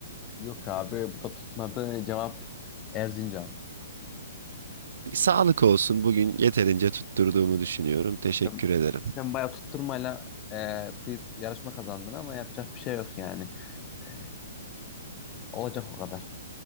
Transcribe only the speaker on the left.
Yok abi bu da tutmadı. Cevap Erzincan'dı.
Sen,
sen bayağı tutturmayla e, quiz yarışma kazandın ama yapacak bir şey yok yani. E, olacak o kadar.